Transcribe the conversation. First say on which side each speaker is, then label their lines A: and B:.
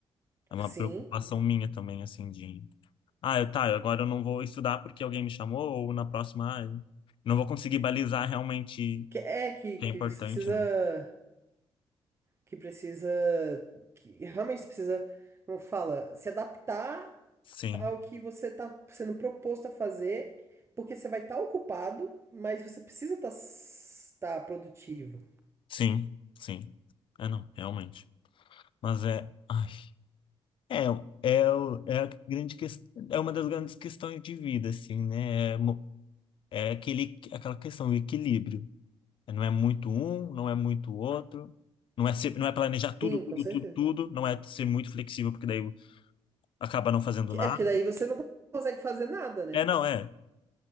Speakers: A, on the left; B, on the right.
A: É uma
B: Sim.
A: preocupação minha também, assim, de. Ah, eu- tá, agora eu não vou estudar porque alguém me chamou, ou na próxima, ah, eu não vou conseguir balizar realmente o
B: Que é que,
A: que
B: que
A: é importante,
B: você precisa.
A: não.
B: Que precisa. Que realmente você precisa, como fala, se adaptar
A: Sim,
B: ao que você está sendo proposto a fazer, porque você vai estar ocupado, mas você precisa estar tá, tá produtivo.
A: sim, sim. É, não, realmente. Mas é. Ai. É, é, o- é a grande ques- é uma das grandes questões de vida, assim, né? É, mo- é aquele, aquela questão, o equilíbrio. Não é muito um, não é muito outro, não é ser, não é planejar tudo,
B: Sim,
A: tudo,
B: com certeza.
A: tudo, tudo, não é ser muito flexível, porque daí acaba não fazendo
B: Que-
A: nada.
B: É porque daí você não consegue fazer nada, né?
A: É, não, é.